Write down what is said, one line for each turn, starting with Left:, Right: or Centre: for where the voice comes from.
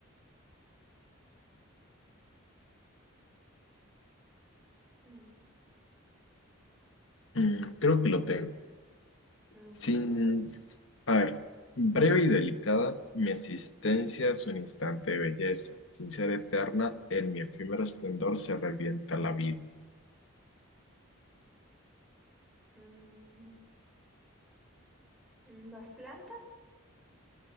Centre: Mm,
Left: mm, creo que lo tengo.
Centre: ok.
Left: Sin, a ver, breve y delicada, mi existencia es un instante de belleza. Sin ser eterna, en mi efímero esplendor se revienta la vida.
Centre: Mm, mm, ¿las plantas?